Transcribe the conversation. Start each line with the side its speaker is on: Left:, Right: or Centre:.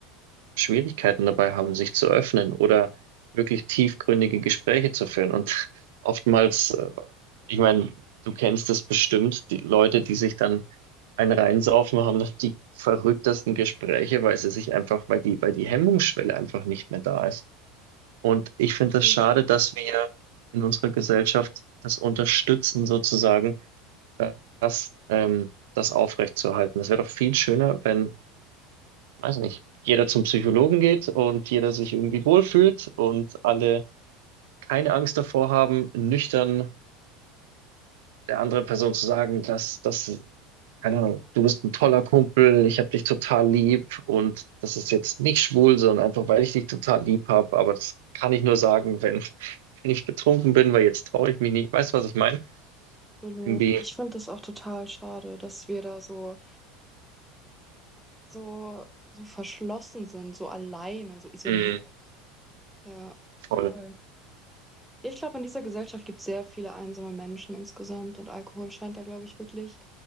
Right: Schwierigkeiten dabei haben, sich zu öffnen oder wirklich tiefgründige Gespräche zu führen. Und <laughs> oftmals, äh, ich meine, du kennst es bestimmt, die Leute, die sich dann einen reinsaufen, haben dann die verrücktesten Gespräche, weil sie sich einfach, weil die, weil die Hemmungsschwelle einfach nicht mehr da ist. Und ich finde
Centre: Absolut,
Right: es schade, dass wir in unserer Gesellschaft das unterstützen, sozusagen, das, ähm, das aufrechtzuerhalten. Es wäre doch viel schöner, wenn weiß nicht, jeder zum Psychologen geht und jeder sich irgendwie wohlfühlt und alle keine Angst davor haben, nüchtern der anderen Person zu sagen, dass das, keine Ahnung, du bist ein toller Kumpel, ich habe dich total lieb und das ist jetzt nicht schwul, sondern einfach, weil ich dich total lieb habe, aber das kann ich nur sagen, wenn, <laughs> wenn ich betrunken bin, weil jetzt traue ich mich nicht. Weißt du, was ich meine?
Centre: absolut.
Right: Irgendwie,
Centre: Ich finde das auch total schade, dass wir da so, so, so verschlossen sind, so alleine, so isoliert.
Right: mm,
Centre: Ja,
Right: voll.
Centre: voll. Ich glaube, in dieser Gesellschaft gibt es sehr viele einsame Menschen insgesamt und Alkohol scheint da, glaube ich, wirklich